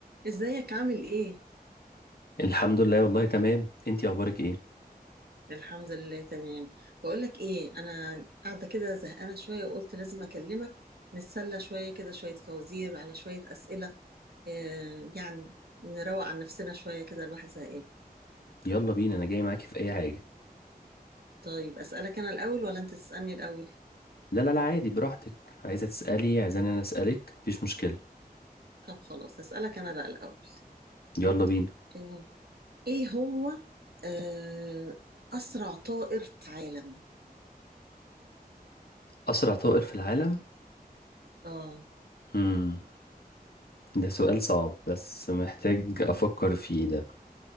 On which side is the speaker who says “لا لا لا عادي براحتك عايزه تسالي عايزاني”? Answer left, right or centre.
Left